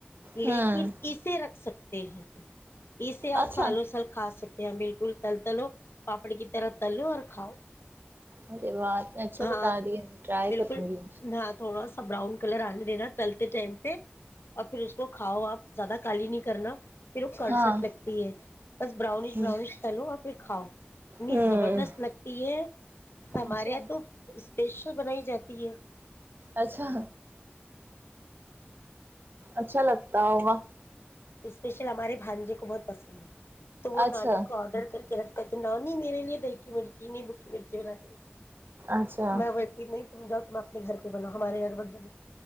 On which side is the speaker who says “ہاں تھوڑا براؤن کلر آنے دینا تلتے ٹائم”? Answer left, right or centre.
Left